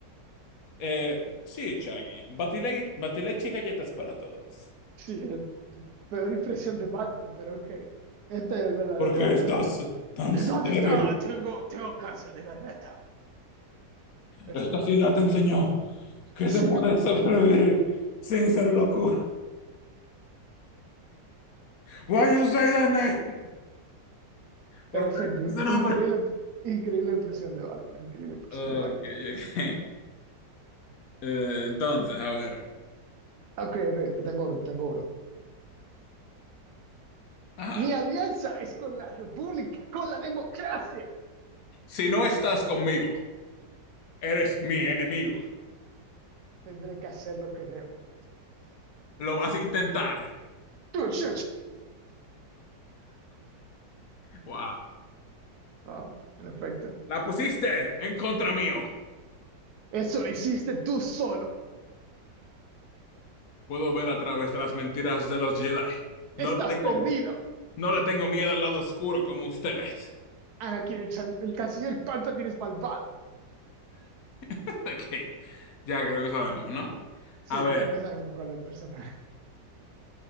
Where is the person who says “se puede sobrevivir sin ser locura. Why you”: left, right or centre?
Left